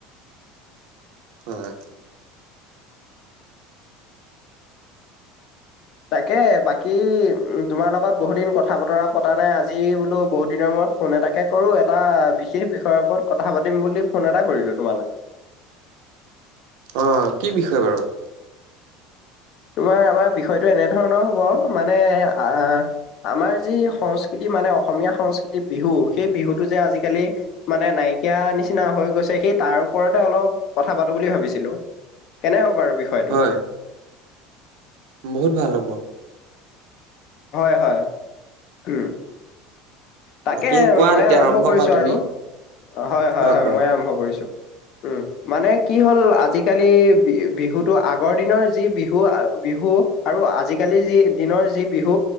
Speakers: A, on the right (about 75°); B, on the left (about 50°).
A: হয়।
B: তাকে বাকী উম তোমাৰ লগত বহুত দিন কথা বতৰা পতা নাই আজি বোলো বহুত দিনৰ মূৰত ফোনে এতাকে কৰো এটা বিশেষ বিষয়ৰ ওপৰত কথা পাতিম বুলি ফোন এটা কৰিলো তোমালৈ।
A: অ', কি বিষয় বাৰু?
B: তোমাৰ আমাৰ বিষয়টো এনেধৰণৰ হ'ব, মানে আহ আমাৰ যি সংস্কৃতি মানে অসমীয়া সংস্কৃতিৰ বিহু, সেই বিহুটো যে আজিকালি মানে নাইকিয়া নিচিনা হৈ গৈছে সেই তাৰ ওপৰতে অলপ কথা পাতোঁ‌ বুলি ভাবিছিলোঁ। কেনে হ'ব বাৰু বিষয়টো?
A: হয় বহুত ভাল হ'ব।
B: হয়, হয়, উম। তাকেহে
A: বাকী কোৱা
B: মই
A: তেতিয়া
B: আৰম্ভ কৰিছো
A: কৰা তুমি
B: আৰু, হয়-হয়-হয়
A: অ কৰা
B: মইয়ে আৰম্ভ কৰিছো। উম। মানে কি হ'ল আজিকালি বি-বিহুটো আগৰ দিনৰ যি বিহু, বিহু আৰু আজিকালি যি দিনৰ যি বিহু